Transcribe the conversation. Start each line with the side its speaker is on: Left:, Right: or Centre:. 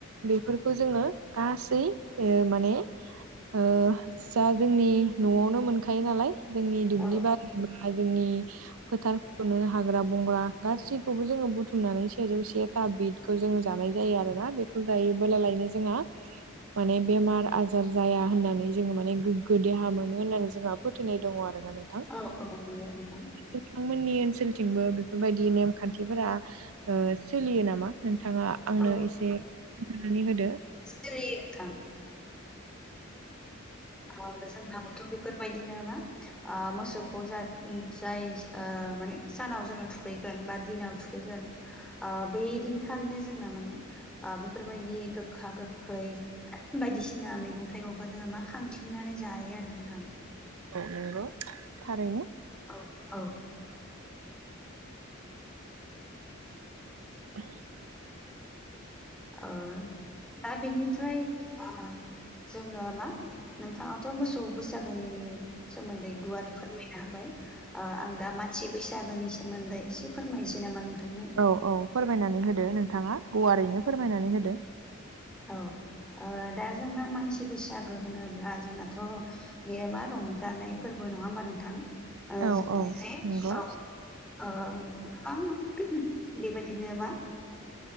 Right: बेफोरखौ जोङो गासै ओ माने ओ जा जोंनि न'आवनो मोनखायो नालाय जोंनि दुब्लि
Centre: औ
Right: बारि बा जोंनि फोथार खनो हाग्रा बंग्रा गासैखौबो जोङो बुथुमनानै सेजौ सेथा बिद बेखौ जोङो जानाय जायो आरो ना बेखौ जायोबोला लायनो जोंहा माने बेमार आजार जाया होननानै जोङो माने गोग्गो देहा मोनो होननानै जोंहा फोथायनाय दङ आरो माने नों
Centre: औ औ नंगौ नोंथां
Right: नोंथांमोननि ओनसोलथिंबो बेफोरबायदि नेमखान्थिफोरा ओ सोलियो नामा नोंथाङा आंनो
Centre: औ
Right: एसे खोनथानानै होदो
Centre: सोलियो नोंथां आरो जोंनाबोथ' बेफोरबायदिनो मा ओ मोसौखौ जाय ओ माने सानाव जोङो थुखैगोन बा दिनाव थुखै फैगोन बे दिनखालिनो जोंना माने आ बेफोरबायदि गोखा गोखै बायदिसिना मैगं थाइगंखा जोङो मा खा थिंनानै जायो आरो नोंथां
Right: औ नोंगौ थारैनो
Centre: औ औ
Right: <unintelligible>
Centre: ओ दा बेनिफ्राय ओ जोङो मा नोंथाङाथ' मोसौ बैसागोनि सोमोन्दै गुवारै फोरमायनो हाबाय आ आं दा मानसि बैसागोनि सोमोन्दै एसे फोरमायनोसै नामा नोंथांनो
Right: औ औ फोरमायनानै होदो नोंथाङा गुवारैनो फोरमायनानै होदो
Centre: औ आ दा जोंना मानसि बैसागो होनोब्ला जोंनाथ' बेयो मा रंजानाय फोरबो नङा होमबा नोंथां
Right: औ औ
Centre: बेहाय
Right: नोंगौ
Centre: औ ओ औ आं <unintelligible> बेबायदिनो मा